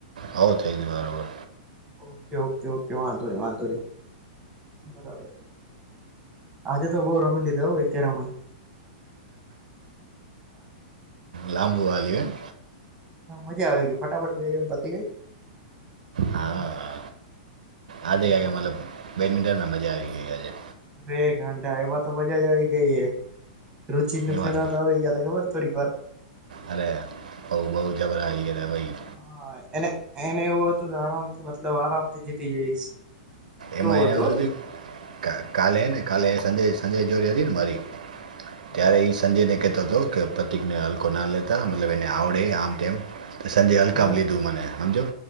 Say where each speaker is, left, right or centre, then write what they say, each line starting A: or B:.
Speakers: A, on the right; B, on the right.
A: હો થઈ ગયુ બરાબર.
B: ઓકે ઓકે ઓકે વાંધો નહી વાંધો નહી. બરાબર આજે તો બઉ રમી લીધો ભાઈ કેરમ.
A: લાંબુ હાલ્યું હે.
B: મજા આવી ગઈ ફટાફટ ભી એમ પતી ગઈ.
A: હે હા
B: હ
A: આજે
B: હ હા.
A: કાંઈક મતલબ બેડમિન્ટનમાં મજા આવી ગઈ આજે.
B: અરે ગાંડા એમાં તો મજા જ આવી ગઈ રુચિને
A: એ
B: ફેણા
A: વાત
B: તો આવી ગયાતા ખબર છે તને. થોડીક વાર.
A: અરે બઉ બઉ જબરાઈ અરે ભાઈ
B: હા એને એને એવું હતું કે આરામથી મતલબ આરામથી જીતી જઈશ.
A: એમાં
B: એવું
A: એને
B: હતું
A: સુધી કાલે ને કાલે સાજે સાજે જોડી હતી ને મારી.
B: હા
A: ત્યારે
B: હા
A: ઈ સંજયને કેતો હતો કે પ્રતીકને હલકો ના લેતા મતલબ એને આવડે આમ તેમ તો સંજયે હલકામાં
B: હમ
A: લીધો મને સમજયો